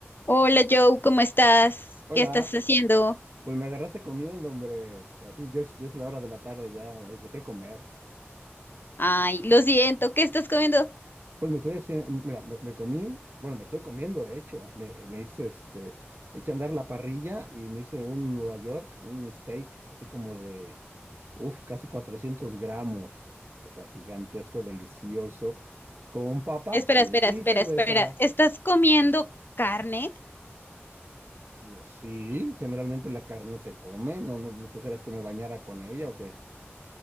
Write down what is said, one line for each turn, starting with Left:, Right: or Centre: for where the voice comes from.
Left: Hola Joe, ¿cómo estás?
Right: Hola,
Left: ¿Qué estás haciendo?
Right: pues me agarraste comiendo, hombre. Así, ya es, ya es la hora de la tarde, ya hay que comer.
Left: Ay, lo siento, ¿qué estás comiendo?
Right: Pues me estoy haciendo, mira, me, me comí, bueno, me estoy comiendo, de hecho, me, me hice este, eché a andar la parrilla y me hice un Nueva York, un steak, así como de, uff, casi 400 gramos, o sea, gigantesco, delicioso, con papas
Left: Espera,
Right: y,
Left: espera,
Right: y
Left: espera,
Right: cerveza.
Left: espera. ¿Estás comiendo carne?
Right: Eh, Sí, generalmente la carne se come, no, no, no pensarías que me bañara con ella o qué.